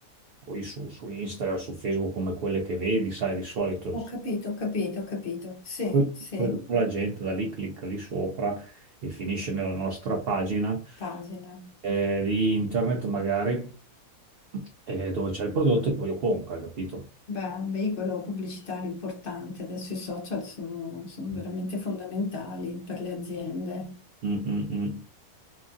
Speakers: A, on the right; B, on the left.
A: Poi su, su Instagram, su Facebook, come quelle che vedi, sai, di solito
B: Ho
A: se-
B: capito, ho capito, ho capito. Sì,
A: poi-
B: sì,
A: poi la gente da lì clicca lì sopra e finisce nella nostra pagina
B: pagina.
A: eh, di internet magari eh, dove c'è il prodotto e poi lo compra, capito?
B: Beh, un veicolo pubblicitario importante. Adesso i social sono, sono
A: Mm,
B: veramente fondamentali per le aziende.
A: mm, mm.